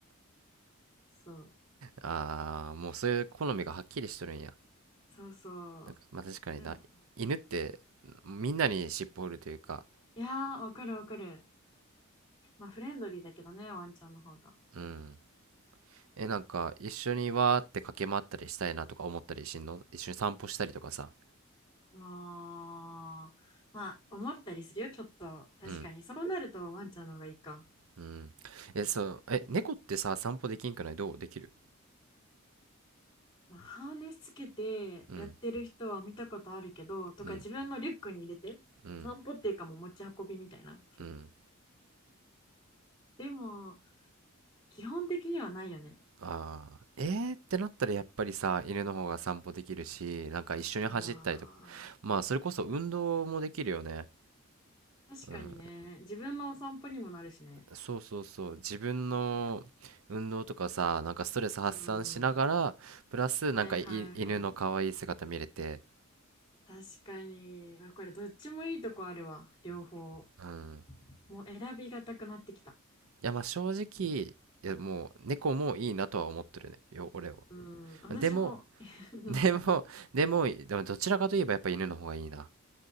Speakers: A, on the left; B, on the right.
A: <laughs> そう
B: ああーもうそういう好みがはっきりしとるんや
A: そうそう
B: なんかまあ確かにな犬ってみんなに尻尾振るというか
A: でもいやーわかるわかるまあフレンドリーだけどねワンちゃんの方が
B: うん。え、なんか、一緒にわーって駆け回ったりしたいなとか思ったりしんの一緒に散歩したりとかさ。
A: もう、まあ、思ったりするよ、ちょっと。確かに。
B: うん、
A: そうなるとワンちゃんの方がいいか。
B: うん。え、そう、え、猫ってさ、散歩できんくないどうできる
A: まあ、ハーネスつけてやってる人は見たことあるけど、
B: うん、
A: とか自分のリュックに入れて、
B: うん、うん、
A: お散歩っていうかもう持ち運びみたいな。
B: うん。
A: でも、基本的にはないよね。
B: ああ、えーってなったらやっぱりさ、犬の方が散歩できるし、なんか一緒に走ったりとか。
A: あ
B: まあ、それこそ運動もできるよね。
A: あ、確かにね。
B: うん、
A: 自分のお散歩にもなるしね。
B: そうそうそう。自分の運動とかさ、なんかストレス発散しながら、
A: うん。
B: プラスなんかい犬の可愛い姿見れて、
A: はいはいはい。確かに。あ、これどっちもいいとこあるわ。両方。
B: うん。
A: もう選びがたくなってきた。
B: いや、まあ正直、いや、もう猫もいいなとは思ってるね。よ、俺は。
A: うん、私も
B: でも、
A: <laughs>
B: でも、でも、でもどちらかといえばやっぱ犬の方がいいな。